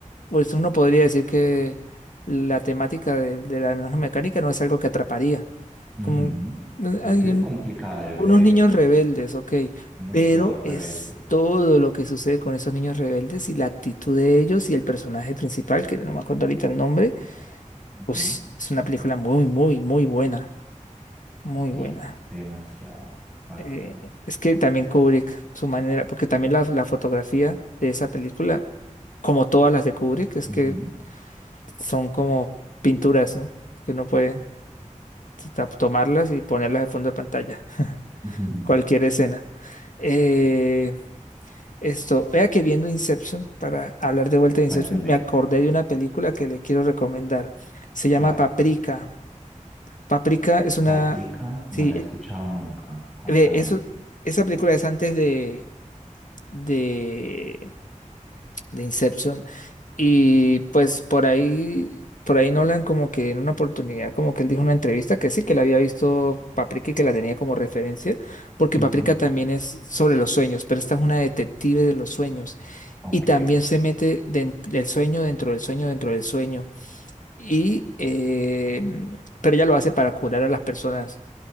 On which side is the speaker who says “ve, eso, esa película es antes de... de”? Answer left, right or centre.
Left